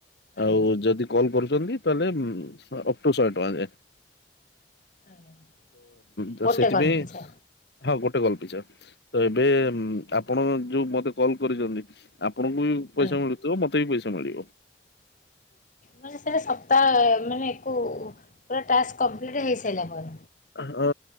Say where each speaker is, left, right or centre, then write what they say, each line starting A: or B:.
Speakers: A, on the left (about 45°); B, on the left (about 65°).
A: ଆଜ୍ଞା।
B: ଆଉ ଯଦି କଲ୍ କରୁଛନ୍ତି। ତାହେଲେ ଅପ୍ ଟୁ ଶହେ ଟଙ୍କା ଯାଏ।
A: ଆଜ୍ଞା।
B: ତ
A: ଗୋଟେ
B: ସେଥିପାଇଁ
A: କଲ୍ ପିଛା
B: ହଁ ଗୋଟେ କଲ୍ ପିଛା। ତ ଏବେ ଆପଣ ଯୋଉ ମତେ କଲ କରିଛନ୍ତି ଆପଣଙ୍କୁ ବି ପଇସା
A: ଆଜ୍ଞା।
B: ମିଳୁଥିବ ମତେ ବି ପଇସା ମିଳିବ।
A: ମାନେ ସେଟା ସପ୍ତାହ ମାନେ ଏକୋ ପୁରା ଟାସ୍କ କଂପ୍ଲିଟ୍ ହେଇସାରିଲା ପରେ।
B: ହଁ